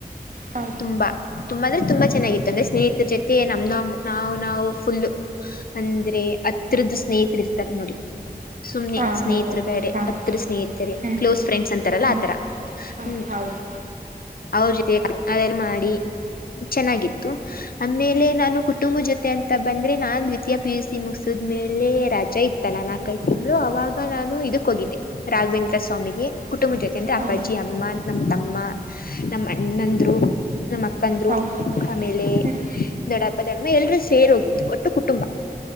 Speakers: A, on the right; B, on the left.
A: ಹಾ
B: ತುಂಬಾ ತುಂಬಾ ಅಂದ್ರೆ ತುಂಬಾ ಚೆನ್ನಾಗಿತ್ತು ಅಂದ್ರೆ ಸ್ನೇಹಿತರ ಜೊತೆ ನಮ್ಮಮ್ಮ ನಾವು ನಾವು ಫುಲ್ ಅಂದ್ರೆ ಹತ್ರಿರದ್ದ ಸ್ನೇಹಿತರಿ ಇರ್ತಾರ ನೋಡಿ ಸುಮ್ಮ್ನೆ
A: ಹಾ
B: ಸ್ನೇಹಿತೃ
A: ಹೌದೌದು
B: ಬೇಡೆ
A: ಹಾ
B: ಅತ್ರ ಸ್ನೇಹಿತರೆೇ
A: ಹ್ಮ್
B: ಕ್ಲೋಸ್ ಫ್ರೆಂಡ್ಸ್ ಅಂತಾರಲ್ಲ
A: ಹ್ಮ್
B: ಆಥರ
A: ಹಾ
B: ಹ್ಮ
A: ಹೌದು
B: ಅವ್ರ ಜೊತೆ ಅದೆಲ್ಲ ಮಾಡಿ ಚೆನ್ನಾಗಿತ್ತು <unintelligible> ಆಮೇಲೆ ನಾನು ಕುಟುಂಬ ಜೊತೆ ಅಂತ ಬಂದ್ರೆ ನಾನ್ ದ್ವಿತೀಯ ಪಿ ಯು ಸಿ ಮುಗಸದ್ಮೇಲೆ ರಜಾ ಇತ್ತು ತಲಾನಾಕೈತಿ ತಿಮ್ಳು ಅವಾಗ ನಾನು ಇದಕ್ಕ ಹೋಗಿದ್ದೆ ರಾಘವೇಂದ್ರ ಸ್ವಾಮಿಗೆ ಕುಟುಂಬ ಜೊತೆ ಅಂದ್ರೆ
A: ಹಾ
B: ಅಪ್ಪಜ್ಜಿ ಅಮ್ಮ ನಮ್ಮ ತಮ್ಮ ನಮ್ಮ ಅಣ್ಣಂದ್ರು ನಮ್ಮ ಅಕ್ಕಂದ್ರು
A: ಹೌದು
B: ಆಮೇಲೆ
A: ಹ್ಮ್
B: ದೊಡ್ಡ ದಡೆ ಎಲ್ರೂ ಸೇರ್ ಹೋಗಿತ್ತು ಒಟ್ಟು ಕುಟುಂಬ